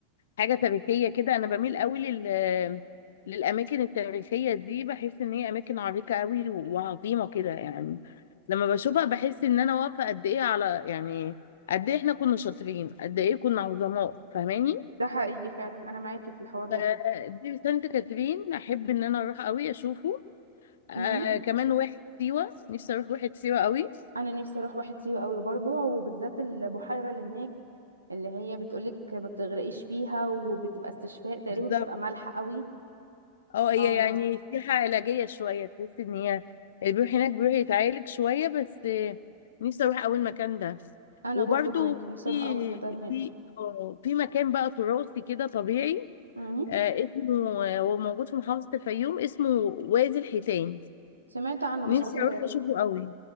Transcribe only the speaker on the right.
ده حقيقي فعلا انا معاكي في الحوار
ده
امم
انا نفسي اروح واحد سيوة قوي برضه وبالذات البحيرة اللي هناك اللي هي بتقولك ما بتغرقيش فيها وبتبقى استشفاء تقريبا
بتبقى مالحة قوي
اه
انا
برضو معاكي نفسي
اروح اول حته هناك
مم.
سمعت عنه
بس عمري ما
رحت